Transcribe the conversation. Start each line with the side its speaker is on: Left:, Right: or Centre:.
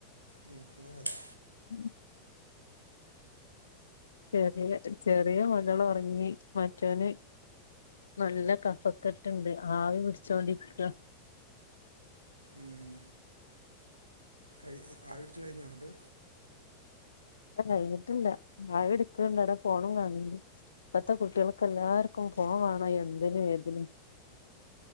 Right: നോക്ക്ണതാ.
Left: ഉം. ചെറിയ ഒരു ചെറിയ മകൾ ഒറങ്ങി മറ്റോന്. നല്ല കഫക്കെട്ട്ണ്ട് ആവി പിടിച്ചോണ്ടിരിക്ക.
Right: ഉം. കൈ ആവിടിച്ച് കയിഞ്ഞാന്നിട്ട്
Left: ല്ല കയിഞ്ഞിട്ടില്ല ആവിട്ക്ക <unintelligible> ഫോണും കാണ് ഉണ്ട് ഇപ്പത്തെ കുട്ട്യാൾക്ക് എല്ലാർക്കും ഫോൺ വേണം എന്തിനും ഏതിനും.